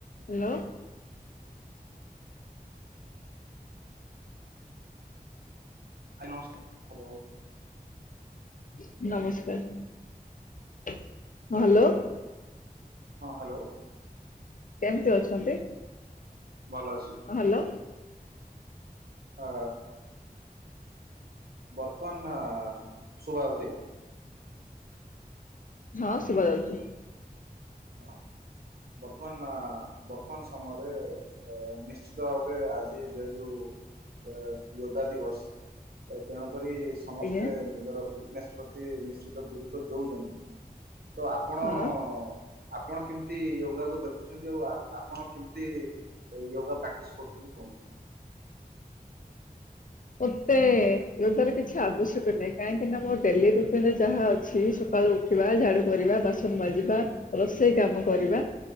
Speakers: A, on the left; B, on the right.
A: Hello
B: ହ ନସ୍କାର, hello
A: ଆ ନମସ୍କାର ହ ହ୍ୟାଲୋ
B: ହଁ ହ୍ୟାଲୋ
A: କେମିତି ଅଛନ୍ତି?
B: ଭଲ ଅଛି।
A: ହଁ ହ୍ୟାଲୋ
B: ଅ ବର୍ତ୍ତମାନ ଶୁଭା ହଉଛି?
A: ହଁ ଶୁବା ଯାଉଛି।
B: ହଁ ବର୍ତ୍ତମାନ ବର୍ତ୍ତମାନ ସମୟରେ ନିଶ୍ଚିତ ଭାବରେ ଆଜି ସେ ଯୋଉ ଅ ଯୋଗା ଦିବସ ତ ତେଣୁ କରି ସମସ୍ତେ
A: ଆଜ୍ଞା
B: ନିଜର। <unintelligible> ସେ ନିଶ୍ଚିତ ଗୁରୁତ୍ୱ ଦଉଛନ୍ତି। ତ ଆପଣ
A: ହଁ।
B: ଅ ଅ ଆପଣ କେମିତି ୟୋଗା କ ଦେଖୁଛନ୍ତି ଆଉ ଆପଣ କେମତି ୟୋଗା ପ୍ରାକ୍ଟିସ କରୁଛନ୍ତି କୁହନ୍ତୁ?
A: ମତେ ଯୋଗ ର କିଛି ଆବଶ୍ୟକ ନାହିଁ କାହିଁକି ନା ମୋ ଡେଲି ରୁଟିନରେ ଯାହା ଅଛି ସକାଳୁ ଉଠିବା ଝାଡୁ କରିବା ବାସନ ମାଜିବା ରୋ ଷେଇ କାମ କରିବା
B: ଆଜ୍ଞା